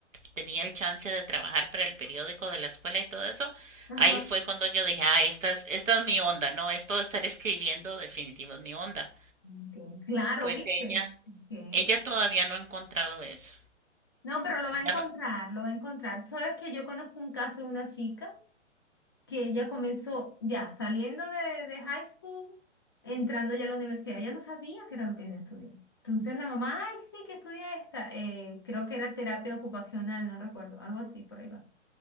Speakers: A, on the right; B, on the left.
A: tenía el chance de trabajar para el periódico de la escuela y todo eso,
B: ajá.
A: ahí fue cuando yo dije, ah, esta es, esta es mi onda, ¿no? Esto de estar escribiendo definitivo es mi onda.
B: ok. Claro,
A: Pues
B: ¿viste?
A: ella,
B: Ok.
A: ella todavía no ha encontrado eso.
B: No, pero lo va
A: Y
B: a encontrar,
A: ya no,
B: lo va a encontrar. Sabes que yo conozco un caso de una chica que ella comenzó ya saliendo de, de high school, entrando ya a la universidad. Ella no sabía qué era lo que ella estudiaba. Entonces la mamá, ay, sí, que estudia esta. eh, creo que era terapia ocupacional, no recuerdo, algo así, por ahí va.